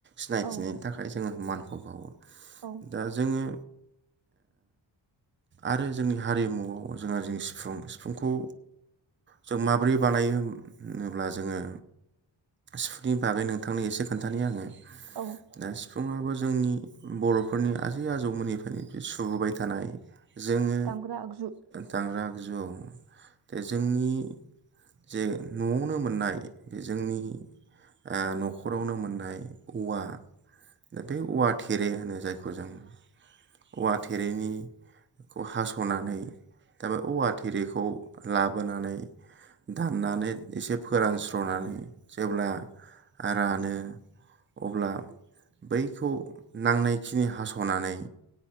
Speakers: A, on the right; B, on the right.
A: सिनायथिनायनि
B: औ
A: थाखाय जोङो मानखौ बावो
B: औ
A: दा जोङो आरो जोंनि हारिमुआव जोंहा जों सिफुं सिफुंखौ जों माबोरै बानायो होनोब्ला जोङो सिफुंनि बागै नोंथांनो एसे खोन्थानि आङो दा
B: औ
A: सिफु सुबुङाबो जोंनि बर'फोरनि आजै आजौमोननिफोरनि सुबोबाय थानाय जोङो
B: दामग्रा आगजु
A: दांग्रा आगजुआव द जोंनि जे न'आवनो मोननाय बे जोंनि ओ न'खरावनो मोननाय औवा दा बे औवा थेरे होनो जायखौ जों औवा थेरेनिखौ हास'नानै दा बे औवा थेरेखौ लाबोनानै दाननानै एसे फोरानस्र'नानै जेब्ला रानो अब्ला बैखौ नांनायखिनि हास'नानै